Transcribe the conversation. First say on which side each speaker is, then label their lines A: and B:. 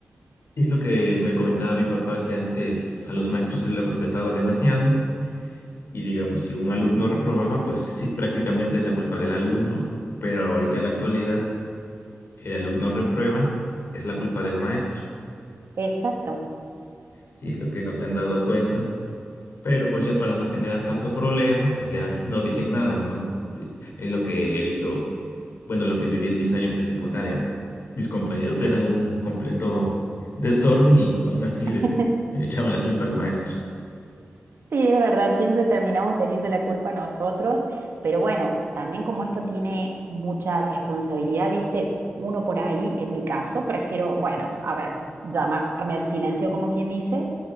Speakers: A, on the left; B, on the right.
A: Es lo que me comentaba mi papá, que antes a los maestros se les respetaba demasiado y digamos, si un alumno reprobaba, pues sí, prácticamente es la culpa del alumno, pero ahorita en la actualidad el alumno reprueba, es la culpa del maestro.
B: Exacto.
A: Sí, es lo que no se han dado cuenta, pero pues ya para no generar tanto problema, pues ya no dicen nada, ¿no? Sí, es lo que he visto, bueno, lo que viví en mis años de secundaria, ¿no? Mis compañeros
B: <laughs>
A: eran un completo desorden y aún así les
B: Sí.
A: <laughs> echaban la culpa al maestro.
B: Sí, es verdad, siempre terminamos teniendo la culpa nosotros, pero bueno, también como esto tiene mucha responsabilidad, viste, uno por ahí, en mi caso, prefiero, bueno, a ver, llamarme al silencio como quien dice